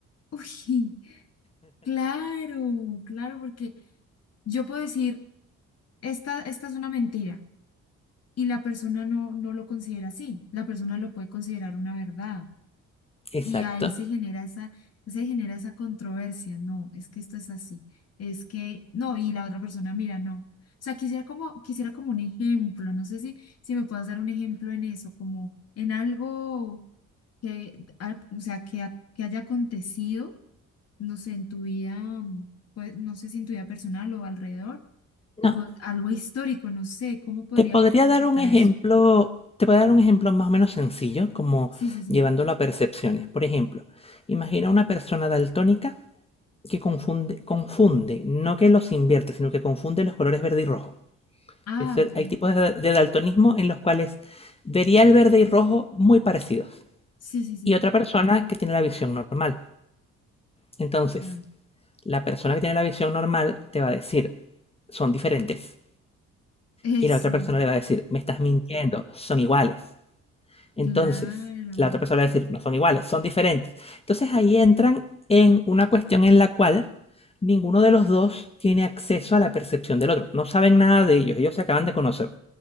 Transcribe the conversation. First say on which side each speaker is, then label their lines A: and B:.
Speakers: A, on the left; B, on the left.
A: Uy, <laughs> claro, claro, porque yo puedo decir... esta, esta es una mentira y la persona no, no lo considera así, la persona lo puede considerar una verdad
B: Exacto.
A: y ahí se genera esa, se genera esa controversia, no, es que esto es así, es que no, y la otra persona, mira, no. O sea, quisiera como, quisiera como un ejemplo, no sé si, si me puedas dar un ejemplo en eso, como en algo que, a- o sea, que, a- que haya acontecido, no sé, en tu vida, mm, pues, no sé si en tu vida personal o alrededor o
B: No,
A: algo histórico, no sé, ¿cómo podría
B: te podría
A: uno aplicar
B: dar un ejemplo,
A: eso?
B: te podría dar un ejemplo más o menos sencillo, como
A: Sí, sí, sí.
B: llevándolo a percepciones. Por ejemplo, imagina una persona daltónica que confunde, confunde, no que los invierte, sino que confunde los colores verde y rojo.
A: Ah,
B: Es el-
A: ok.
B: hay tipos de, de daltonismo en los cuales vería el verde y rojo muy parecidos.
A: Sí, sí, sí,
B: Y otra persona que tiene la visión normal. Entonces,
A: claro.
B: la persona que tiene la visión normal te va a decir, son diferentes.
A: Eso,
B: Y la otra persona le va a decir, me estás mintiendo, son iguales. Entonces,
A: claro.
B: la otra persona le va a decir, no son iguales, son diferentes. Entonces ahí entran en una cuestión en la cual ninguno de los dos tiene acceso a la percepción del otro. No saben nada de ellos, ellos se acaban de conocer.